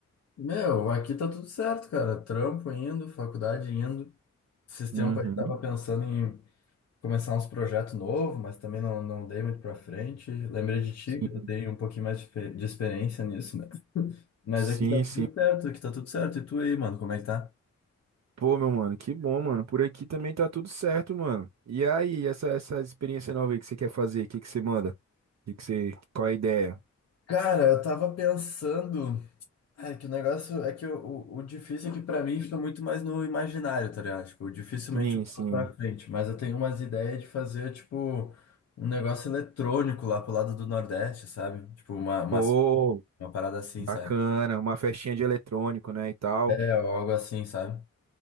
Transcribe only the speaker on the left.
Meu, aqui tá tudo certo, cara. Trampo indo, faculdade indo. Esses tempos
aí tava pensando em começar uns projetos novos, mas também não, não dei muito pra frente. Lembrei de ti,
que tu tem um pouquinho mais de, fe- de experiência nisso, né? Mas
aqui tá tudo
certo, aqui tá tudo certo. E tu aí, mano, como é que tá?
Cara, eu tava pensando. É que o negócio é que o, o, o difícil é que pra mim fica muito mais no imaginário, tá ligado? Tipo, dificilmente
eu boto
pra frente, mas eu tenho umas ideias de fazer, tipo, um negócio eletrônico lá pro lado do Nordeste, sabe? Tipo, uma, uma,
uma parada assim,
sabe?
É, ou algo assim, sabe?